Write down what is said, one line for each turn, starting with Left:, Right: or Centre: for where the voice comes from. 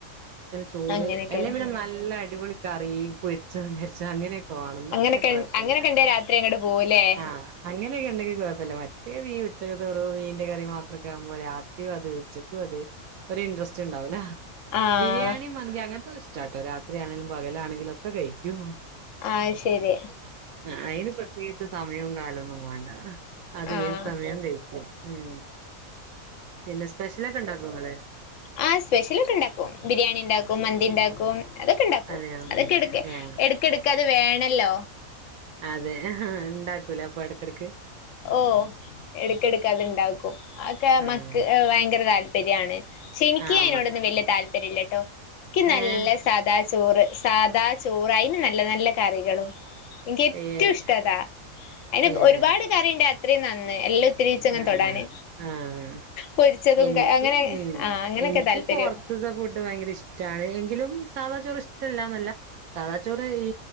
Right: ചോറ്
Left: അങ്ങനെയൊക്കെയാണ്
Right: അല്ലെ പിന്നെ നല്ല അടിപൊളി കറിം പൊരിച്ചതും കരിച്ച അങ്ങനൊ ഒണെന്നാ
Left: അങ്ങനൊക്കെ
Right: പിന്നെ കൊയ്പ്പല്ല
Left: അങ്ങനൊക്കെണ്ടേ രാത്രി അങ്ങോട്ട് പോവൂലേ
Right: ആഹ് അങ്ങനൊക്കെണ്ടെങ്കി കൊയ്പ്പല്ല മറ്റേ ഈ ഉച്ചക്കച്ചോറു മീന്റെ കറി മാത്രൊക്കെ ആവുമ്പോ രാത്രി അത് ഉച്ചക്കും അത് ഒരിൻ്ററസ്റ്റ് ഇണ്ടാവൂല
Left: ആഹ്
Right: ബിരിയാണി മന്തി അങ്ങൻത്തൊക്കെ ഇഷ്ടാട്ടോ രാത്രിയാണേലും പകലാണെങ്കിലും ഒക്കെ കഴിക്കും
Left: ആഹ് ശരി
Right: അ അയ്ന് പ്രത്യേകിച്ച് സമയും കാലൊന്നും വാണ്ട അതേത്
Left: ആഹ്
Right: സമയും കയിക്കും ഉം പിന്നെ സ്പെഷ്യലൊക്കെണ്ടാക്കോ ഇങ്ങള്
Left: ആഹ് സ്പെഷ്യലൊക്കെണ്ടാക്കും ബിരിയാണിണ്ടാക്കും മന്തിണ്ടാക്കും അതൊക്കെണ്ടാക്കും
Right: അതെയോ
Left: അതൊക്കെട്ക്ക്
Right: ഏഹ്
Left: എട്ക്കെട്ക്കത് വേണല്ലോ
Right: അതെ ആഹ് ഉണ്ടാക്കൂലെ അപ്പെട്ക്കെട്ക്ക്
Left: ഓഹ് എട്ക്കെട്ക്കത്ണ്ടാക്കും അതൊക്കെ
Right: ആഹ്
Left: മക്ക് ഭയ്ങ്കര താല്പര്യാണ് പക്ഷെനിക്ക്
Right: ആഹ്
Left: അയ്നോടൊന്നും
Right: മ
Left: വല്ല്യ താല്പര്യല്ലട്ടോ ഇക്ക് നല്ല
Right: ഏഹ്
Left: സാദാ ചോറ് സാദാ ചോറ് അയ്ന് നല്ല നല്ല കറികളും ഇൻക്കേറ്റും
Right: ഏഹ്
Left: ഇഷ്ടതാ അയ്ന്
Right: ഏഹ്
Left: ഒരുപാട് കറിണ്ടായ അത്രിം നന്ന് എല്ലത്തിരീച്ചെങ്ങനെ
Right: ആഹ്
Left: തൊടാന്
Right: ആഹ്
Left: പൊരിച്ചതും
Right: എനിക്ക്
Left: ക അങ്ങനെ
Right: ഉം
Left: ആ അങ്ങനൊക്കെ
Right: എനിക്ക്
Left: താല്പര്യം
Right: പൊർത്ത്ത്തെ ഫുഡ് ഭയ്ങ്കരഷ് ടാണ് എങ്കിലും സാധാ ചോറ് ഇഷ്ടല്ലാന്നല്ല സാദാച്ചോറ് ഈ